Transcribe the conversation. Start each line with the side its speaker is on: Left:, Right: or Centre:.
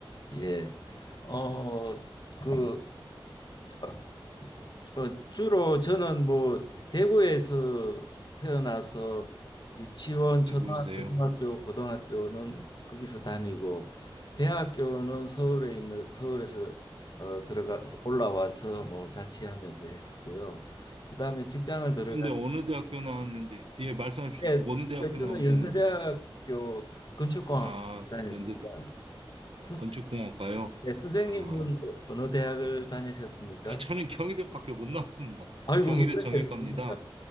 Left: 예. 어, 그, 어, 어, 주로 저는 뭐, 대구에서 태어나서 유치원,
Right: 대구여세요.
Left: 초등학교, 중학교, 고등학교는 거기서 다니고, 대학교는 서울에 있는, 서울에서 어, 들어가, 올라와서 뭐 자취하면서 했었고요. 그 다음에 직장을 들어가서,
Right: 근데 어느 대학교 나왔는지, 예, 말씀해 주십시오.
Left: 예,
Right: 어느 대학교
Left: 저는
Right: 나오셨는지.
Left: 연세대학교 건축공학
Right: 아,
Left: 다녔습니다.
Right: 연세대
Left: 선-
Right: 건축공학과요.
Left: 예, 선생님은
Right: 아,
Left: 어, 어느 대학을 다니셨습니까?
Right: 아, 저는 경희대밖에 못 나왔습니다.
Left: 아이고,
Right: 경희대
Left: 뭐 그런
Right: 정외과입니다.
Left: 게 있습니다.